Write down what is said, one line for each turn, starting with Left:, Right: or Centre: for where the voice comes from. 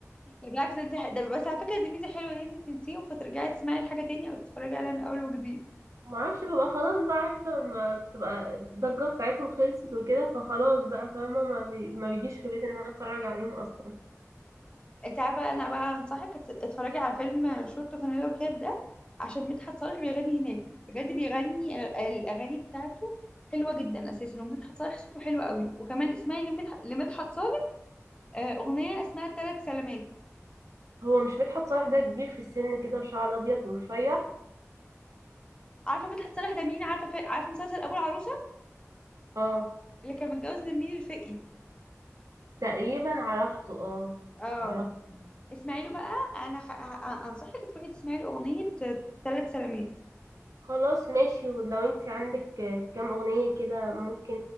Left: ده بالعكس ده, انت... ده بس على فكره دي ميزه حلوه ان انت تنسيهم فترجعي تسمعي الحاجه تاني او تتفرجي عليها من اول وجديد
Right: ما اعرفش ببقى خلاص بقى عارفة ما بتبقى الضجة بتاعتهم خلصت وكده فخلاص بقى فاهمة ما, بي... ما بيجيش في بالي ان انا اتفرج عليهم اصلا
Left: انت عارفه انا بقى هنصحك ات- اتفرجي على فيلم شورت وفانيلا وكاب ده عشان مدحت صالح بيغني هناك بجد بيغني ال- الاغاني بتاعته حلوه جدا اساسا ومدحت صالح صوته حلو قوي وكمان اسمعي لمدح- لمدحت صالح آه، اغنيه اسمها ثلاث سلامات
Right: هو مش مدحت صالح ده كبير في السن كده وشعر ابيض ورفيع
Left: عارفه مدحت صالح ده مين عارفه في... عارفه مسلسل ابو العروسه
Right: اه
Left: اللي كان متجوز نرمين الفقي
Right: تقريبا عرفته اه
Left: اه
Right: عرفته
Left: اسمعي له بقى انا خ... ه- انصحك تروحي تسمعي له اغنيه ثلاث سلامات
Right: خلاص ماشي ولو انت عندك كام اغنية كده ممكن